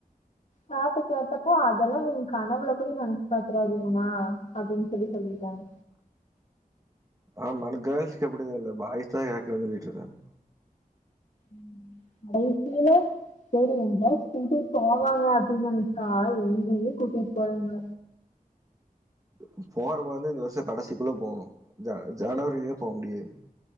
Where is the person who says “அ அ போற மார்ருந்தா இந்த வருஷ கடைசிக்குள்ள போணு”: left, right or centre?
Right